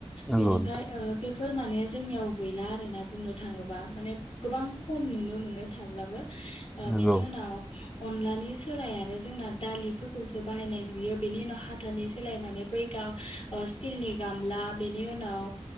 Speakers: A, in the centre; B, on the left.
A: नंगौ
B: बेनिफाय
A: नोंथां
B: ओ-बे फोर माने जोंनियाव गैला आरोना बुंनो थाङोब्ला माने गोबां खम नुनो मोनो थाब्लाबो। आ
A: नंगौ
B: बेनि उनाव अनलानि सोलाया आरो जोंना दालिफोरखौसो बाहायनाय नुयो बेनि उनाव हाथनि सोलाय माने बै गाव ओ-स्टिलनि गामला बेनि उनाव